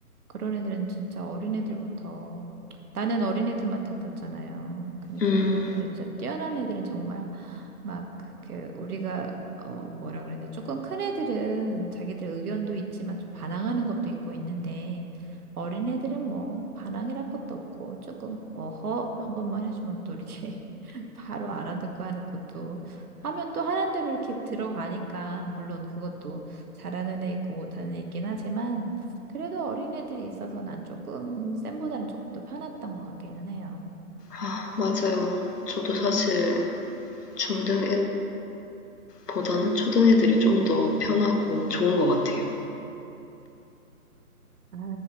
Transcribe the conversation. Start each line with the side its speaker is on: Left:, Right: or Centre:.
Right: 그런 애들은 진짜 어린애들부터 나는 어린애들 맡았었잖아요. 그러니까
Left: 음,
Right: 그런 애들 진짜 뛰어난 애들은 정말 막 그게 우리가 어 뭐라 그래야 돼? 조금 큰 애들은 자기들 의견도 있지만 좀 반항하는 것도 있고 있는데 어린애들은 뭐 반항이랄 것도 없고 조금 어허 한 번만 해주면 또 이렇게 <laughs> 바로 알아듣고 하니까 또 하면 또 하는 대로 이렇게 들어가니까 물론 그것도 잘하는 애 있고 못하는 애 있긴 하지만 그래도 어린애들이 있어서 난 조금 쌤보다는 조금 더 편했던 것 같기는 해요.
Left: 아, 맞아요. 저도 사실 중등 애들보다는 초등 애들이 좀 더 편하고 좋은 것 같아요.
Right: 아,